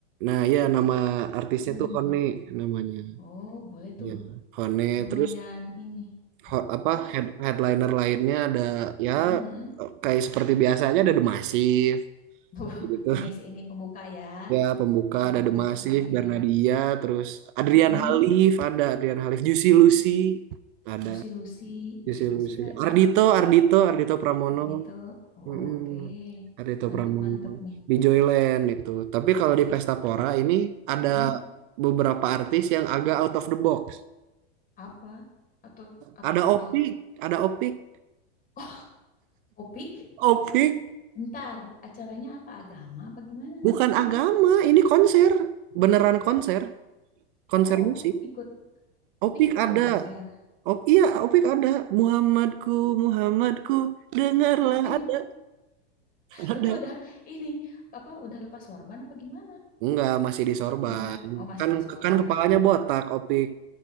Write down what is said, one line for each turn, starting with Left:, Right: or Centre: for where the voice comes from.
Right: Nah, ya nama artisnya
Left: Hmm.
Right: tuh Hone namanya.
Left: Oh, boleh
Right: Ya,
Left: tuh.
Right: Hone
Left: Lumayan
Right: terus
Left: ini.
Right: ho- apa
Left: Terus?
Right: head, headliner lainnya ada ya
Left: Mm-mm, mm.
Right: kayak seperti biasanya ada The Massive
Left: Buh, <laughs>
Right: gitu.
Left: Pengisi ini pembuka ya.
Right: Ya, pembuka
Left: Pembuka
Right: ada The
Left: acara
Right: Massive,
Left: ya.
Right: Bernadia, terus Adrian
Left: Mm-mm.
Right: Halif, ada Adrian Halif, Juicy Lucy, ada
Left: Juicy Lucy. Juicy
Right: Juicy
Left: Lucy
Right: Lucy.
Left: lagi.
Right: Ardito, Ardito, Ardito Pramono.
Left: Ardito. Oh,
Right: Mm-mm.
Left: oke.
Right: Ada itu
Left: Mantep-mantep
Right: Pramono
Left: nih.
Right: di Joyland itu. Tapi kalau di Pesta Pora ini ada
Left: Mm-mm.
Right: beberapa artis yang agak out of the box.
Left: Apa? Atau ap-
Right: Ada Opik,
Left: out-
Right: ada Opik,
Left: Oh, Opik?
Right: Opik
Left: Bentar. Acaranya apa? Agama apa gimana
Right: bukan
Left: maksudnya?
Right: agama, ini konser, beneran konser, konser
Left: Oh, Opik
Right: musik.
Left: ikut.
Right: Opik
Left: Opik ikut
Right: ada,
Left: konser.
Right: Op, iya Opik ada. Muhammadku, Muhammadku, dengarlah
Left: Oh, tapi
Right: ada, ada.
Left: tapi udah ini apa udah lepas sorban apa gimana?
Right: Enggak, masih di sorban.
Left: Enggak. Oh, masih
Right: Kan
Left: desorban
Right: kan kepalanya botak Opik.